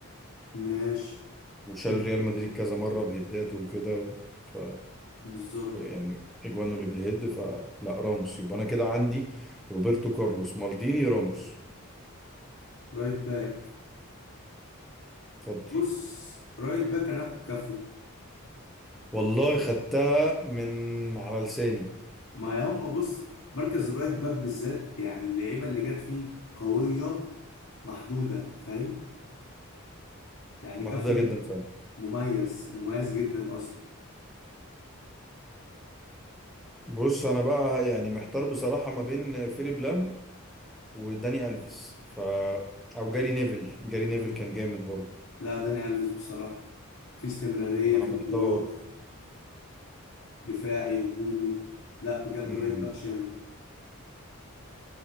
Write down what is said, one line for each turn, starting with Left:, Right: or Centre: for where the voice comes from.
Left: ماشي
Centre: وشال
Left: نبدا
Centre: ريال مدريد كذا مرة بهداته وكده ف...
Left: بالظبط
Centre: ف يعني اجوانه اللي بالهد فلا راموس يبقى انا كده عندي روبرتو كارلوس مالديني راموس
Left: رايت باك
Centre: اتفضل
Left: بص رايت باك انا هاخد كفو
Centre: والله خدتها من على لساني
Left: ما هم بص مركز الرايت باك بالذات يعني اللعيبه اللي جت فيه قويه محدوده فاهم يعني
Centre: محدودة
Left: كافو
Centre: جدا فعلا
Left: مميز مميز جدا اصلا
Centre: بص انا بقى يعني محتار بصراحة ما بين فيليب لام وداني الفيس ف او جاري نيفل جاري نيفل كان جامد برضه
Left: لا داني الفيس بصراحه في استمراريه
Centre: والله انا
Left: في
Centre: محتار
Left: بطولات دفاعي هجومي لا بجد
Centre: امم
Left: رايت باك شامل